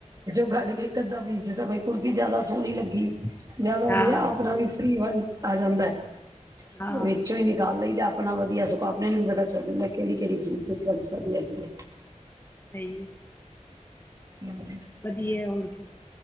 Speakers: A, on the right (about 30°); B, on the left (about 20°).
A: ਕੱਡ ਕੇ ਇਕ ਅੱਦਾ ਬੀਜਦਾ, ਬ ਕੁੜਤੀ ਜਿਆਦਾ ਸੋਹਣੀ ਲੱਗੀ। ਜ਼ਿਆਦਾ
B: ਹਾਂ
A: ਵਧਆ ਆਪਣਾ ਵੀ ਵੰਡ ਆ ਜਾਂਦਾ ਹੈ
B: ਹਾਂ।
A: ਵਿੱਚੋਂ ਹੀ ਨਿਕਾਲ ਲਈਦਾ ਆਪਣਾ ਵਧੀਆ ਸੁੋਂਾ ਆਪਣੇ ਨੂੰ ਵੀ ਪਤਾ ਚੱਲ ਜਾਂਦਾ, ਕਿਹੜੀ ਕਿਹੜੀ ਚੀਜ਼ ਕਿਸ ਤਰ੍ਹਾਂ ਕਿਸ ਤ੍ਹਾਂ ਦੀ ਹੈਗੀ ਹੈ।
B: ਸਹੀ।
A: ਹਮ-
B: ਵਧੀਆ, ਹੋਰ ਕੀ